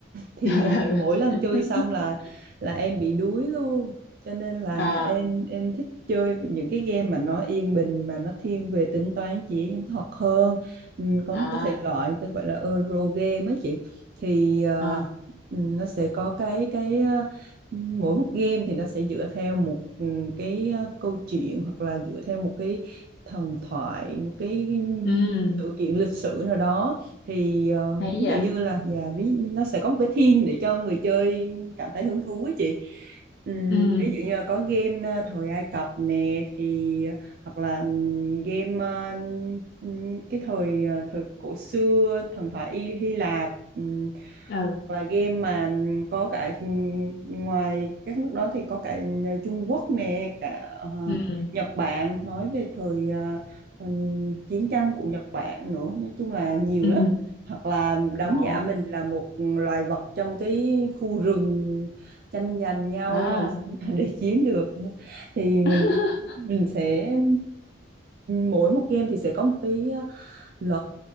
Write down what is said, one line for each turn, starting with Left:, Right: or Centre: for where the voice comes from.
Right: thì
Left: <laughs>
Right: mỗi lần chơi xong là là em bị đuối luôn cho nên là
Left: Ừ. à
Right: em em thích chơi những cái game mà nó yên bình mà nó thiên về tính toán chỉ thuật hơn ừ, có
Left: à
Right: một cái thể loại tôi gọi là Euro game ấy chị thì ờ,
Left: à
Right: ừ, nó sẽ có cái cái ờ, mỗi một game thì nó sẽ dựa theo một ừ, cái ờ, câu chuyện hoặc là dựa theo một cái thần thoại một cái
Left: ừ
Right: sự kiện lịch sử nào đó thì ờ,
Left: hay
Right: ví
Left: vậy
Right: dụ như là dạ ví nó sẽ có một cái theme để cho người chơi cảm thấy hứng thú ấy chị Ừm,
Left: ừ
Right: ví dụ như là có game ờ, thời Ai Cập nè thì ờ, hoặc là ừm, game ờ, ừm, cái thời ờ, thời cổ xưa thần thoại Y Hy Lạp ừm,
Left: ừ
Right: hoặc là game mà ừm, có cả ừm, ngoài các nước đó thì có cả ờ, Trung Quốc nè cả ờ,
Left: ừ
Right: Nhật Bản nói về thời ờ, ừm, chiến tranh của Nhật Bản nữa nói chung là nhiều
Left: ừ
Right: lắm hoặc là đóng
Left: ồ
Right: giả mình là một loài vật trong cái khu rừng tranh giành nhau
Left: à
Right: làm <laughs> để chiến được thì mình
Left: <laughs>
Right: mình sẽ mỗi một game thì sẽ có một cái luật